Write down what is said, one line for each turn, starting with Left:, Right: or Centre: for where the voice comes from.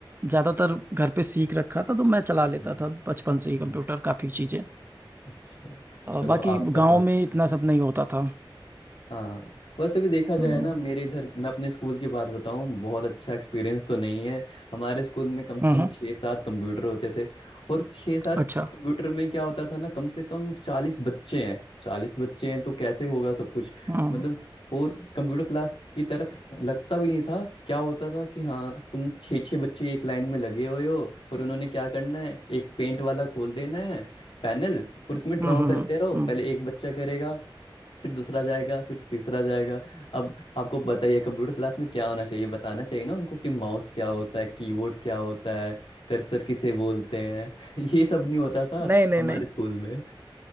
Right: ज़्यादातर घर पे सीख रखा था तो मैं चला लेता
Left: हम्म,
Right: था बचपन से ही कंप्यूटर
Left: हम्म,
Right: काफ़ी चीज़ें
Left: अच्छा
Right: और
Left: चलो
Right: बाकी
Left: आपका
Right: गांव
Left: तो अच्छा
Right: में इतना
Left: है
Right: सब नहीं होता था
Left: हाँ वैसे भी देखा जाए
Right: हम्म
Left: ना मेरे इधर मैं अपने स्कूल की बात बताऊं बहुत अच्छा एक्सपीरियंस तो नहीं है हमारे स्कूल में कम से
Right: हम्म
Left: कम
Right: हम्म,
Left: छः सात कंप्यूटर होते थे और छः सात
Right: अच्छा
Left: कंप्यूटर में क्या होता था ना कम से कम चालीस बच्चे हैं चालीस बच्चे हैं तो कैसे होगा सब कुछ
Right: हम्म
Left: मतलब और कंप्यूटर क्लास की तरह लगता भी नहीं था क्या होता था कि हाँ तुम छः छः बच्चे एक लाइन में लगे हुए हो और उन्होंने क्या करना है एक पेंट वाला खोल देना है पैनल और उसमें ड्रॉ
Right: हम्म
Left: करते
Right: हम्म हम्म।
Left: रहो
Right: हम्म,
Left: पहले एक बच्चा करेगा फिर दूसरा जाएगा फिर तीसरा जाएगा अब आपको बताइए कंप्यूटर क्लास में क्या होना चाहिए बताना चाहिए ना उनको कि माउस क्या होता है कीबोर्ड क्या होता है कर्सर किसे बोलते हैं <laughs> ये सब नहीं होता था
Right: नहीं नहीं
Left: हमारे
Right: नहीं
Left: स्कूल में